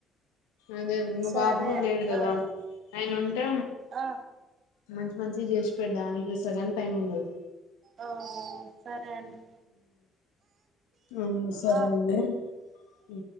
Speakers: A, on the left; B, on the right.
A: అదే మా
B: సరే
A: బాబు కూడ లేడు కదా
B: ఆ
A: ఆయన ఉంటే
B: ఆ
A: మంచి మంచి చేసి <unintelligible> సగం టైమ్ ఉండదు
B: ఆ సరే అండి
A: ఆ సరే
B: ఆ
A: అండి ఉ